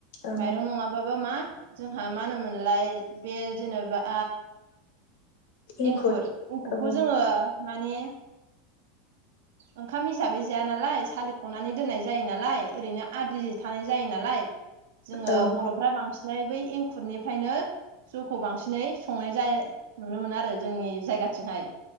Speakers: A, on the left; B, on the right.
A: औ
B: माइरं नङाबाबा मा? जोंहा मा होनोमोनलाय बे जेनेबा
A: इंखुर
B: एंखुर एंखुरखौ
A: औ
B: जोङो माने ओंखाम हिसाबै जाया नालाय सालिखनानै दोननाय जायो नालाय ओरैनो आद्रि थानाय जायो नालाय। जोङो
A: औ
B: बर'फ्रा बांसिनै बै एंखुरनिफ्रायनो जौखौ बांसिनै संनाय जाय नुनो मोनो आरो जोंनि जायगाथिंहाय।